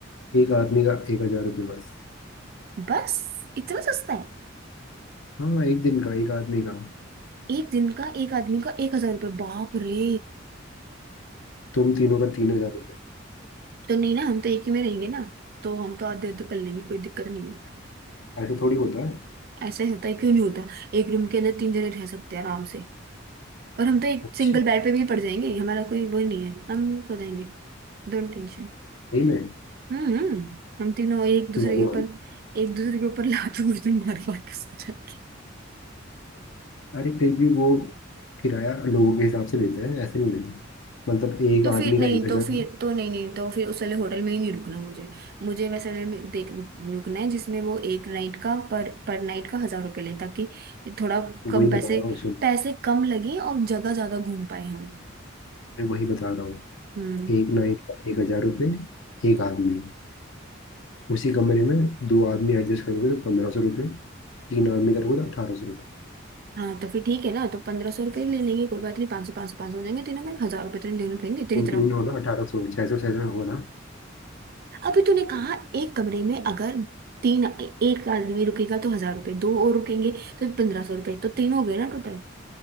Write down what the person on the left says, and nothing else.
एक आदमी का एक हजार रुपये बस
हाँ एक दिन का एक आदमी का
तुम तीनों का तीन हजार रुपये
ऐसा थोड़ी होता है
अच्छा
नहीं मैं
मैं नहीं
मानता
अरे फिर भी वो किराया लोगों के हिसाब से लेते हैं ऐसे नहीं लेते मतलब एक
आदमी
का एक हजार
वही
बता
रहा हूँ सुन
मैं वही बता रहा हूँ
एक नाइट का एक हजार रुपये एक आदमी उसी कमरे में दो आदमी एडजस्ट करोगे तो पंद्रह सौ रुपये तीन आदमी करोगे तो अठारह सौ
तुम
तीन हो ना अठारह सौ छह सौ छह सौ हो ना